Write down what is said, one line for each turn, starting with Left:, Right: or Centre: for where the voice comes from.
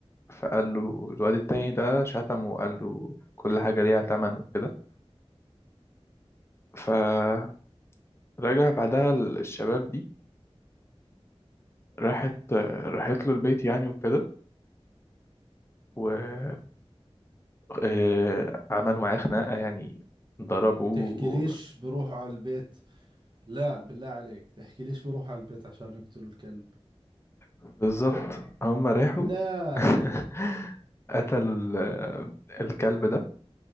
Left: فقال له الواد التاني ده شتمه وقال له كل حاجة ليها تمن وكده فرجع بعدها الشباب دي راحت راحت له البيت يعني وكده و آه، عملوا معاه خناقة يعني ضربوه
Right: تحكي ليش بروحوا على البيت لا بالله عليك تحكي ليش بروحوا على البيت عشان يقتلوا الكلب
Left: بالظبط هم راحوا
Right: لا
Left: <laughs> قتلوا ال- الكلب ده